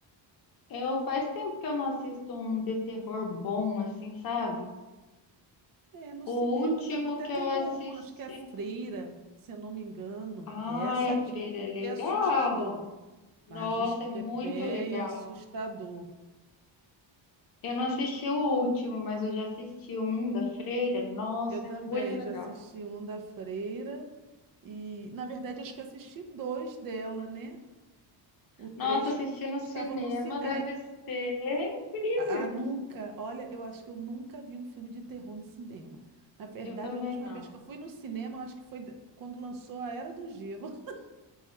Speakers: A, on the left; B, on the right.
A: Eu faz tempo que eu não assisto um de terror bom, assim, sabe?
B: É, no
A: O
B: cinema
A: último
B: estava até
A: que
B: tendo
A: eu assisti.
B: um, acho que é Freira, se eu não me engano.
A: Ai,
B: Essa
A: a Freira
B: diz
A: é legal.
B: que é assustador,
A: Nossa,
B: mas diz que
A: é muito
B: é bem
A: legal.
B: assustador.
A: Eu não assisti o último, mas eu já assisti um da Freira. Nossa,
B: Eu também
A: é muito legal.
B: já assisti um da Freira e, na verdade, acho que assisti dois dela, né? O três
A: Nossa, assistir
B: que eu acho
A: no
B: que
A: cinema
B: estava no cinema.
A: deve ser incrível.
B: Ah, ah, nunca. Olha, eu acho que eu nunca vi um filme de terror no cinema. Na verdade,
A: Eu também
B: a última
A: não.
B: vez que eu fui no cinema, eu acho que foi de- quando lançou A Era do Gelo, <laughs>